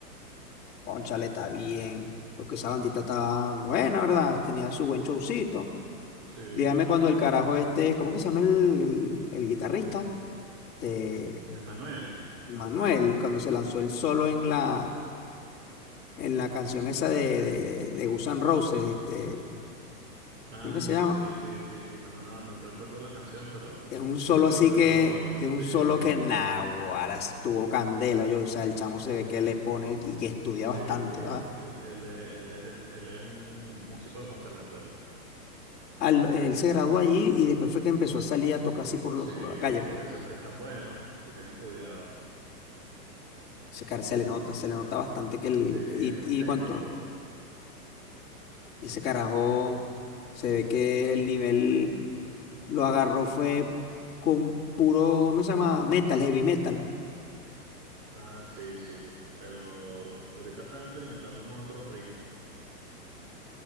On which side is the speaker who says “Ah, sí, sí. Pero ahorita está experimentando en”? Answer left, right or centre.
Right